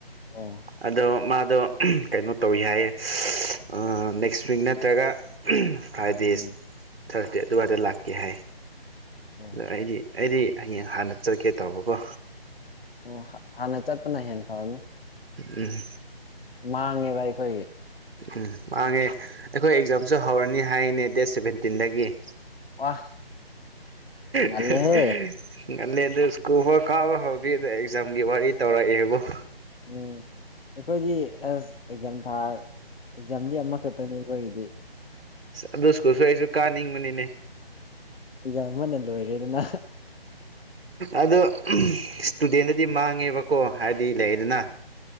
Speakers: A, on the left; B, on the right.
A: ꯑꯣ
B: ꯑꯗꯣ ꯃꯥꯗꯣ ꯀꯩꯅꯣ ꯇꯧꯋꯤ ꯍꯥꯏꯌꯦ ꯑꯥ ꯅꯦꯛ꯭ꯁ ꯋꯤꯛ ꯅꯠꯇ꯭ꯔꯒ ꯐ꯭ꯔꯥꯏꯗꯦꯁ
A: ꯎꯝ
B: ꯊꯔ꯭ꯁꯗꯦ ꯑꯗꯨꯋꯥꯏꯗ ꯂꯥꯛꯀꯦ ꯍꯥꯏ
A: ꯑꯣ
B: ꯑꯗ ꯑꯩꯗꯤ ꯑꯩꯗꯤ ꯍꯌꯦꯡ ꯍꯥꯟꯅ ꯆꯠꯀꯦ ꯇꯧꯕꯀꯣ
A: ꯑꯣ ꯍꯥ ꯍꯥꯟꯅ ꯆꯠꯄꯅ ꯍꯦꯟ ꯐꯕꯅꯤ
B: ꯎꯝ
A: ꯃꯥꯡꯉꯦꯕ ꯑꯩꯈꯣꯏꯒꯤ
B: ꯎꯝ ꯃꯥꯡꯉꯦ ꯑꯩꯈꯣꯏ ꯑꯦꯛꯖꯥꯝꯁꯨ ꯍꯧꯔꯅꯤ ꯍꯥꯏꯌꯦꯅꯦ ꯗꯦꯠ ꯁꯚꯦꯟꯇꯤꯟꯗꯒꯤ
A: ꯋꯥ ꯉꯜꯂꯦꯍꯦ
B: <unintelligible> ꯉꯜꯂꯦ ꯑꯗꯨ ꯁ꯭ꯀꯨꯜ ꯐꯥꯎ ꯀꯥꯕ ꯍꯧꯗꯤꯗ ꯑꯦꯖꯥꯝꯒꯤ ꯋꯥꯔꯤ ꯇꯧꯔꯑꯦꯕꫭ
A: ꯎꯝ ꯑꯩꯈꯣꯏꯗꯤ ꯑꯁ ꯑꯦꯛꯖꯥꯝ ꯊꯥ ꯑꯦꯛꯖꯥꯝꯗꯤ ꯑꯃꯈꯛꯇꯅꯤ ꯈꫭꯏꯒꯤꯗꯤ
B: ꯁ ꯑꯗꯨ ꯁ꯭ꯀꯨꯜꯁꯨ ꯑꯩꯁꯨ ꯀꯥꯅꯤꯡꯕꯅꯤꯅꯦ
A: ꯑꯦꯛꯖꯥꯝ ꯑꯃꯅ ꯂꯣꯏꯔꯦꯗꯅ
B: ꯑꯗꯣ ꯎꯝ ꯏꯁꯇꯨꯗꯦꯟꯗꯗꯤ ꯃꯥꯡꯉꯦꯕ ꯀꯣ ꯍꯥꯏꯗꯤ ꯂꯩꯗꯅ